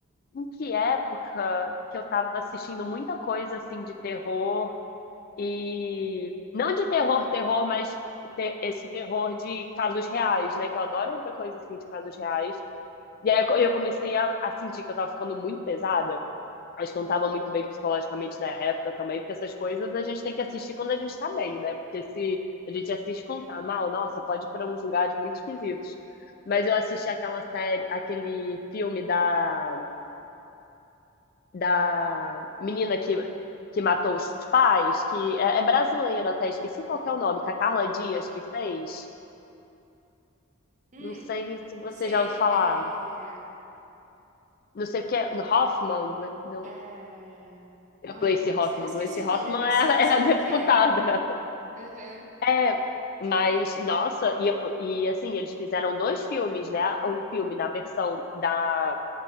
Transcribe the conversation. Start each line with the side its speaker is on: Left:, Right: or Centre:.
Left: em que época que eu tava assistindo muita coisa assim de terror e não de terror, terror, mas te- esse terror de casos reais, né? Que eu adoro ver coisa assim de casos reais. E aí eu eu comecei a, a sentir que eu tava ficando muito pesada. Acho que não estava muito bem psicologicamente na época também, porque essas coisas a gente tem que assistir quando a gente está bem, né? Porque se a gente assiste quando tá mal, nossa, pode ir para uns lugares muito esquisitos. Mas eu assisti aquela série, aquele filme da, da menina que, que matou os pais, que é, é brasileiro até, esqueci qual que é o nome, que a Carla Dias que fez.
Right: Hum,
Left: Não sei se você
Right: sei,
Left: já ouviu falar.
Right: é,
Left: Não sei o que é. Hoffman? Gle- Não,
Right: é... Ai,
Left: Gleice
Right: meu Deus,
Left: Hoffman.
Right: eu esqueci
Left: Gleice
Right: o
Left: Hoffman
Right: nome, mas
Left: é,
Right: sim, eu sei
Left: é a deputada.
Right: quem que é. Aham,
Left: É, mas, nossa, e, e assim, eles fizeram dois filmes, né? Um filme na versão da